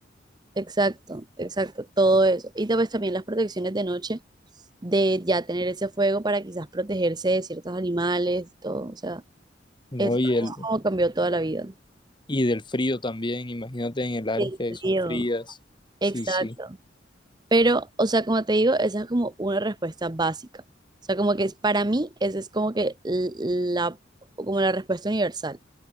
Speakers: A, on the right; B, on the left.
A: exacto, exacto, todo eso. Y después también las protecciones de noche, de ya tener ese fuego para quizás protegerse de ciertos animales, todo, o sea,
B: ¿no?
A: es es
B: Y el,
A: como cambió toda la vida.
B: y del frío también, imagínate en el área
A: El
B: que
A: frío,
B: son frías.
A: exacto.
B: Sí, sí.
A: Pero, o sea, como te digo, esa es como una respuesta básica. O sea, como que es, para mí, esa es como que l- la, como la respuesta universal.